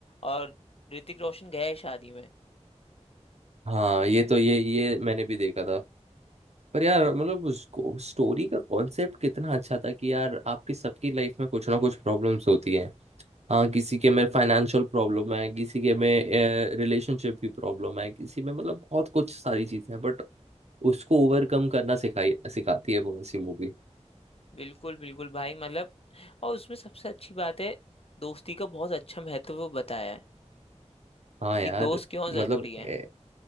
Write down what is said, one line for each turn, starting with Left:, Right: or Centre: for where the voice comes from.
Left: और ऋतिक रोशन गया है शादी में
Right: हाँ ये तो ये ये मैंने भी देखा था पर यार मतलब उसको स्टोरी का कॉन्सेप्ट कितना अच्छा था कि यार आपकी सबकी लाइफ में कुछ ना कुछ प्रॉब्लम्स होती हैं हाँ किसी के में फाइनेंशियल प्रॉब्लम है किसी के में रिलेशनशिप की प्रॉब्लम है किसी में मतलब बहुत कुछ सारी चीजें हैं बट उसको ओवरकम करना सिखाई सिखाती है वो ऐसी मूवी
Left: बिल्कुल बिल्कुल भाई मतलब और उसमें सबसे अच्छी बात है दोस्ती का बहुत अच्छा महत्व वो बताया है
Right: हाँ
Left: कि
Right: यार
Left: दोस्त क्यों जरूरी
Right: मतलब
Left: है
Right: ए-